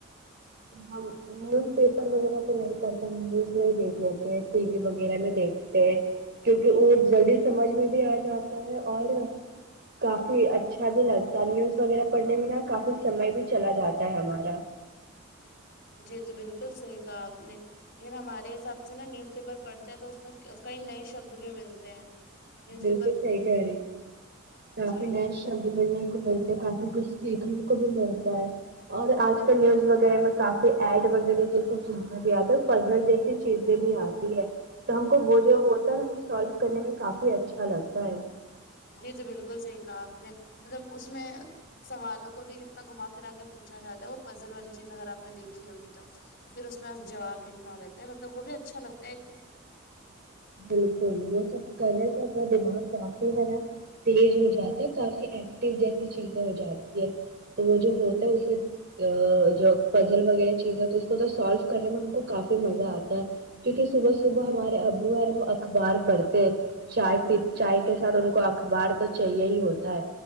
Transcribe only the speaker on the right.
اں نیوز پیپر وغیرہ تو نہیں پڑتے نیوز میں ہی دیکھ لیتے ہیں ٹی وی وغیرہ میں دیکھ کیونکہ وہ جلدی سمجھ میں بھی آ جاتا ہے اور کافی اچھا بھی لگتا ہے نیوز وغیرہ پڑھنے میں نا کافی سمئے بھی چلا جاتا ہے ہمارا
بالکل
صحیح کہہ رہی کافی
نئے شبد ملنے کو ملتے کافی کچھ سیکھنے کو بھی ملتا ہے اور آج کل نیوز وغیرہ میں کافی ایڈ وغیرہ جیسی چیزیں بھی آتی ہے پزل جیسی چیزیں بھی آتی ہے تو ہم کو وہ جو ہوتا ہے نا وہ سولو کرنے میں کافی اچھا لگتا ہے
بالکل وہ سب کریں تو اپنا دماغ کافی ہے نا تیز ہو جاتا ہے کافی ایکٹو جیسی چیزیں ہو جاتی ہے تو وہ جو ہوتا ہے اسے جو پزل وغیرہ چیزیںتی اس کو تو سالو کرنے میں ہم کو کافی مزہ آتا ہے کیونکہ صبح صبح ہمارے ابو ہیں ن وہ اخبار پڑھتے چائے پی چائے کے ساتھ ان کو اخبار تو چاہیے ہی ہوتا ہے